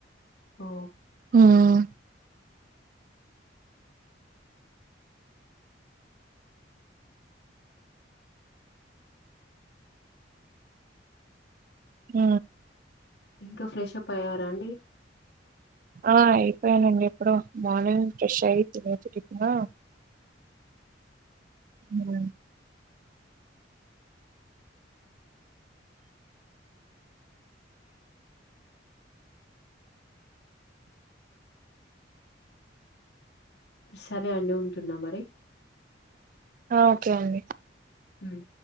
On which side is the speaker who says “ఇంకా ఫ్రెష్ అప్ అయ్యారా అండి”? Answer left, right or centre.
Left